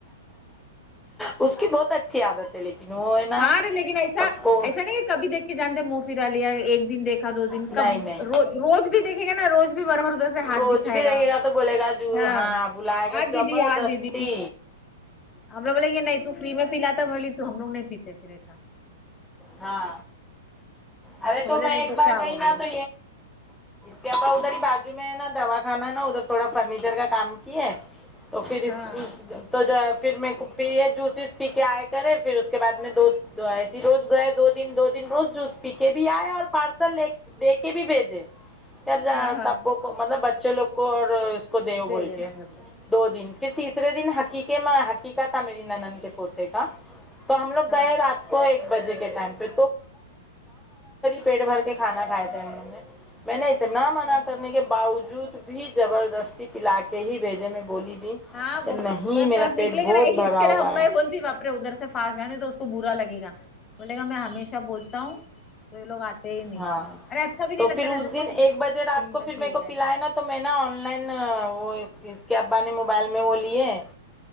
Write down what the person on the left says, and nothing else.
ہاں ارے لیکن ایسا
ایسا کہ کبھی دیکت جانتے منہ فرا لیا ایک دن دیکھا دو دن
کب
رو روز بھی دیکھے گا نا روز بھی بروبر دس سے ہاتھ
دکھائے
گا
ہاں
آ
دیدی آ دیدی ہم لوگ بولے یہ نہیں تو فری میں پیلا تا بولی تو ہم لوگ نہیں پیتے پھر ایسا
بولے
نہیں
کیا ہوا
بولے
ہاں
ہاں ہاں
دے
دینا
گھر پہ
ہاں
ہاں
ہاں
وہ
ادھر
طرف
نکلیں
گے نہیں
اس کے لیے
ہم
بائی بولتی باپ ادھر سے فاس گئے نہیں تو اس کو برا لگے گا بولے گا میں ہمیشہ بولتا ہوں یہ لوگ آتے ہی نہیں
ارے اچھا بھی نہیں
لگتا
نا
ایسا
کون سی
فری
میں
پیے
گا
ایسا